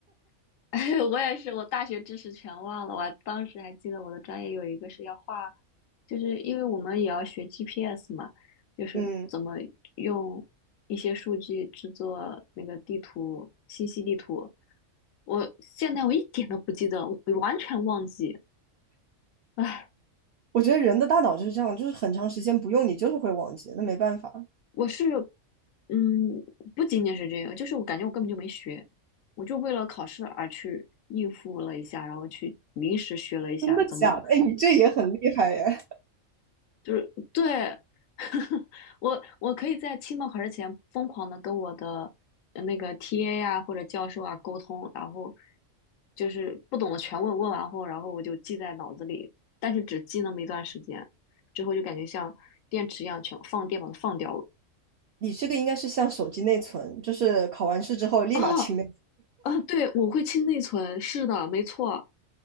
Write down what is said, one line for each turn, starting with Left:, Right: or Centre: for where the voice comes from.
Left: <laughs> 哎，我也是，我大学知识全忘了，我还当时还记得我的专业有一个是要画。就是因为我们也要学 GPS 嘛，就是怎么用一些数据制作那个地图，
Right: 嗯，
Left: 信息地图。我现在我一点都不记得，我完全忘记。唉，
Right: 我觉得人的大脑就是这样，就是很长时间不用，你就是会忘记，那没办法。
Left: 我是，嗯，不仅仅是这个，就是我感觉我根本就没学，我就为了考试而去应付了一下，然后去临时学了一下怎么。
Right: 真的假的？哎，你这也很厉害耶！
Left: 就是对，<laughs> 我我可以在期末考试前疯狂的跟我的呃那个 TA 啊或者教授啊沟通，然后就是不懂的全问，问完后，然后我就记在脑子里，但是只记那么一段时间，之后就感觉像电池一样全放电把它放掉了。
Right: 你这个应该是像手机内存，就是考完试之后立马清内。
Left: 哦，啊，对，我会清内存，是的，没错。